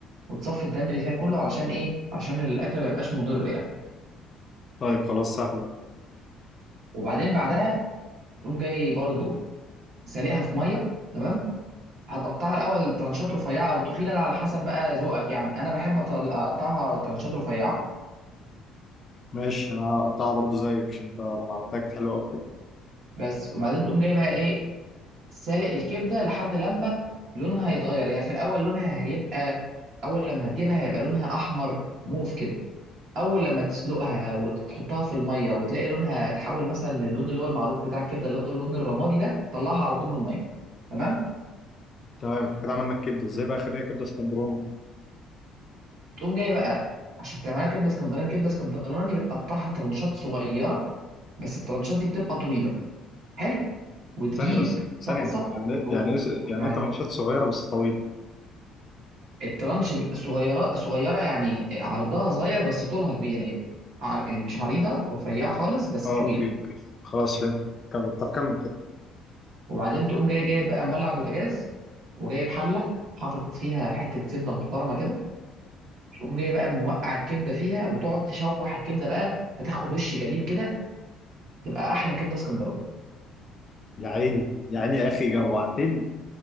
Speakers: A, on the right (about 55°); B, on the left (about 25°).
A: وتصفي الدم اللي فيها كله علشان ايه علشان الاكل ما يبقاش مضر يعني
B: طيب خلاص سهله
A: وبعدين بعدها تقوم جاي برضو سالقها في ميه تمام هتقطعها الاول ترانشات رفيعه او تخينه ده على حسب بقى ذوقك يعني انا بحب أط- اقطعها ترانشات رفيعه
B: ماشي انا هقطعها برضو زيك عشان انت لما عملتها كانت حلوه اكتر
A: بس وبعدين تقوم جاي بقى ايه سالق الكبده لحد لما لونها يتغير هي في الاول لونها هيبقى اول لما هتجيبها هيبقى لونها احمر موف كده اول لما تسلقها وتحطها في الميه وتلاقي لونها اتحول مثلا للون اللي هو المعروف بتاع الكبده اللي هو اللون الرمادي ده طلعها على طول من الميه تمام
B: تمام احنا كده عملنا الكبده ازاي بقى اخليها كبده اسكندراني
A: تقوم جاي بقى عشان تعملها كبده اسكندراني كبده اسكندراني بتقطعها ترنشات صغيره بس الترنشات دي بتبقى طويله حلو وتجيب
B: ثانيه بس ثانيه
A: طاسه
B: يعني يعني
A: قول
B: يعني ايه
A: قول
B: يعني
A: معايا
B: ايه ترنشات صغيره بس طويله
A: الترنش بيبقى صغيره صغيره يعني عرضها صغير بس طولها كبير يعني ع- يعني مش عريضه رفيعه خالص بس
B: اه
A: طويل
B: اوكي اوكي خلاص فهمت كمل طب كمل كده
A: وبعدين تقوم جاي جاي بقى مولع البوتاجاز وجايب حله حاطط فيها حته زبده محترمه كده تقوم جاي بقى موقع الكبده فيها وتقعد تشوح الكبده بقى فتاخد وش جميل كده تبقى احلى كبده اسكندراني
B: يا عيني يا عيني يا اخي جوعتني